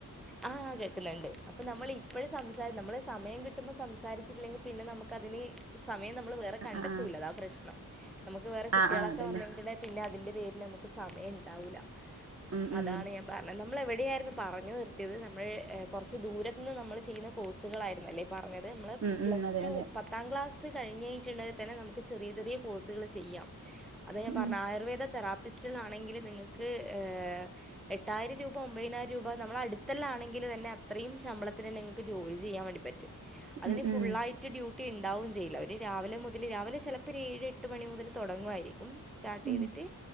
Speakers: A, in the centre; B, on the right.
A: ആഹ് കേൾക്ക്ന്ന്ണ്ട് അപ്പ നമ്മൾ ഇപ്പഴും സംസാ നമ്മള് സമയം കിട്ടുമ്പോ സംസാരിച്ചില്ലെങ്കി പിന്നെ നമുക്ക് അതിന് സമയം നമ്മൾ വേറെ കണ്ടെത്തൂല്ല
B: ആഹ് ആഹ്
A: അതാ പ്രശ്നം നമുക്ക് വേറെ കുെട്ടേളക്കെ
B: ആഹ് ആഹ് അതന്നെ
A: വന്നയ്ഞ്ട്ട്ണ്ടേ പിന്നെ അതിന്റെ പേരില് നമുക്ക് സമയം ഇണ്ടാവൂല്ല
B: ഉം ഉം
A: അതാണ് ഞാ പറഞ്ഞ നമ്മൾ എവിടെയാരുന്നു പറഞ് നിർത്തേത് നമ്മൾ കൊറച്ച് ദൂരത്ത്ന്ന് നമ്മൾ ചെയ്യ്ന്ന കോഴ്സുകളായിരുന്നല്ലേ പറഞ്ഞത് മ്മള്
B: ഉം ഉം
A: പ്ലസ്ടു
B: അതെ അതെ
A: പ ത്താം ക്ലാസ് കഴിഞ്ഞയ്ഞ്ഞിട്ടെങ്കി തന്നെ നമുക്ക് ചെറിയ ചെറിയ കോഴ്സുകൾ ചെയ്യാം അതാ ഞാ പറഞ്
B: ഉം
A: ആയുർവേദ തെറാപ്പിസ്റ്റിണാങ്കിൽ നിങ്ങൾക്ക് ഏ എട്ടായിരം രൂപ ഒമ്പയ്നായിരം രൂപ നമ്മള അട്ത്തെല്ലാണെങ്കിൽ തന്നെ അത്രയും ശമ്പളത്തിന്ന് നന്നേ ഇങ്ങൾക്ക് ജോലി ജോലി ച്ച്യ്യാൻ വേണ്ടി പറ്റും അതിന്
B: ഉം
A: ഫുള്ളായി
B: ഉം
A: റ്റ് ഡ്യൂട്ടി ഇണ്ടാവും ചെയ്ല്ല ഒര് രാവിലെ മുതൽ രാവിലെ ചലപ്പോ ഒരു ഏഴ് എട്ട് മണി മുതൽ തൊടങ്ങാരിക്കും സ്റ്റാട്ടീത്ട്ട്
B: ഉം